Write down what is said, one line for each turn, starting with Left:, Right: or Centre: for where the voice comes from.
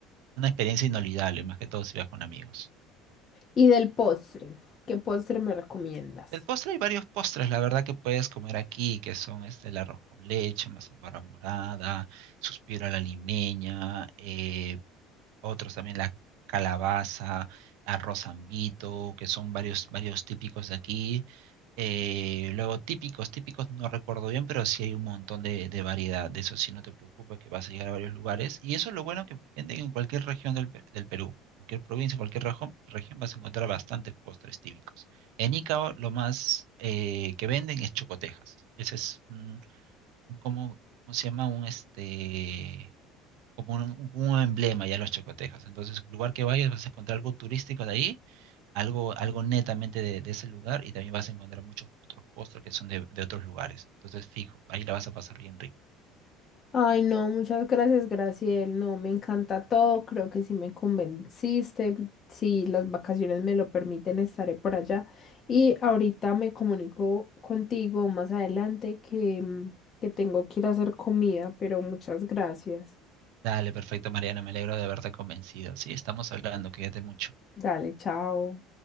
Right: una experiencia inolvidable, más que todo si vas con amigos.
Left: Y del postre, ¿qué postre me recomiendas?
Right: El postre, hay varios postres, la verdad, que puedes comer aquí, que son este, el arroz con leche, mazamorra morada, suspiro a la limeña, eh, otros también la calabaza, arroz ambito, que son varios, varios típicos de aquí. Eh, luego típicos, típicos no recuerdo bien, pero sí hay un montón de, de variedad. De eso sí no te preocupes que vas a llegar a varios lugares. Y eso es lo bueno que venden en cualquier región del, Pe- del Perú. Cualquier provincia, cualquier región, región vas a encontrar bastantes postres típicos. En Icao lo más eh, que venden es chocotejas. Ese es un, un como, ¿cómo se llama? Un este como un, un emblema ya los chacotejos. Entonces, lugar que vayas vas a encontrar algo turístico de ahí, algo, algo netamente de, de ese lugar y también vas a encontrar muchos otros postres que son de, de otros lugares. Entonces, fijo, ahí la vas a pasar bien rico.
Left: Ay, no, muchas gracias, Graciel. No, me encanta todo. Creo que sí me convenciste. Si las vacaciones me lo permiten, estaré por allá. Y ahorita me comunico contigo más adelante que, mm, que tengo que ir a hacer comida, pero muchas gracias.
Right: Dale, perfecto, Mariana, me alegro de haberte convencido. Sí, estamos hablando, cuídate mucho.
Left: Dale, chao.